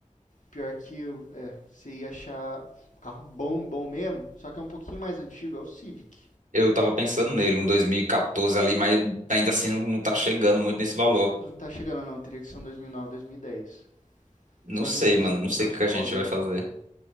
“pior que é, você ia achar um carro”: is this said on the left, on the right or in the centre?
Left